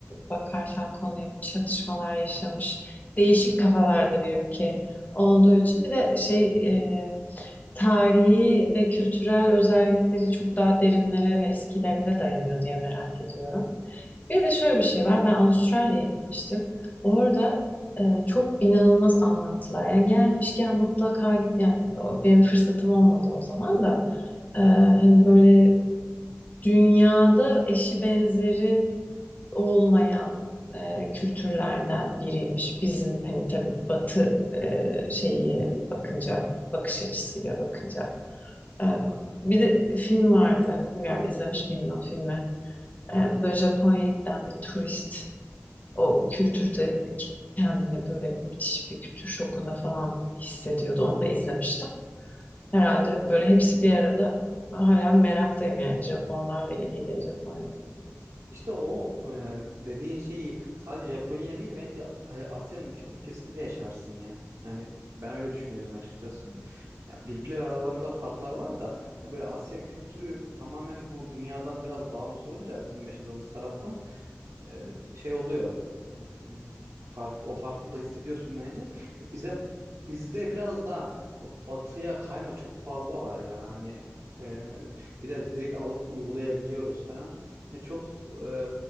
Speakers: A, on the left; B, on the right.
A: bakarsan konuya çatışmalar yaşamış. Değişik
B: Evet.
A: kafalarda bir ülke olduğu için bir de şey e, tarihi ve kültürel özellikleri çok daha derinlere ve eskilere dayanıyor diye merak ediyorum. Bir de şöyle bir şey var. Ben Avustralya'ya gitmiştim. Orada e, çok inanılmaz anlattılar. Yani gelmişken mutlaka git. Yani o- benim fırsatım olmadı o zaman da. E, hani böyle dünyada eşi benzeri olmayan e, kültürlerden biriymiş. Bizim hani tabii Batı e, şeyi bakınca, bakış açısıyla bakınca. E, bir de film vardı. Bilmiyorum izlemiş miydin o filmi? E, böyle Japonya'ya giden bir turist o kültürde kendini böyle müthiş bir kültür şokunda falan hissediyordu. Onu da izlemiştim. Herhalde böyle hepsi bir arada hala meraktayım yani Japonlarla ilgili, Japonya'yla ilgili.
B: İşte o e, dediğin şeyi sadece Japonya değil bence e, Asya'nın birçok ülkesinde yaşarsın ya. Yani ben öyle düşünüyorum açıkçası. Ya birbirleri aralarında da farklar var da yani böyle Asya kültürü tamamen bu dünyadan biraz bağımsız olunca bizim yaşadığımız taraftan e, şey oluyor. E, Hmm, Farklı o farklılığı hissediyorsun bence. E, Bize bizde biraz daha batıya kayma çok fazla var ya. Hani e, bir de direkt alıp uygulayabiliyoruz falan. Yani çok e,